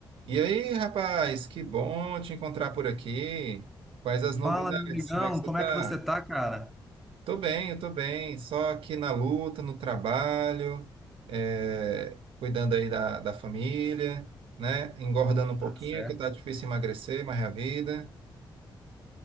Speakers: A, on the right (about 85°); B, in the centre.
A: E aí, rapaz, que bom te encontrar por aqui. Quais as novidades?
B: Fala, meu amigão,
A: Como é que você
B: como
A: tá?
B: é que você tá, cara?
A: Tô bem, eu tô bem. Só aqui na luta, no trabalho, é, cuidando aí da, da família, né? Engordando um pouquinho,
B: Tá certo.
A: que tá difícil emagrecer, mas é a vida.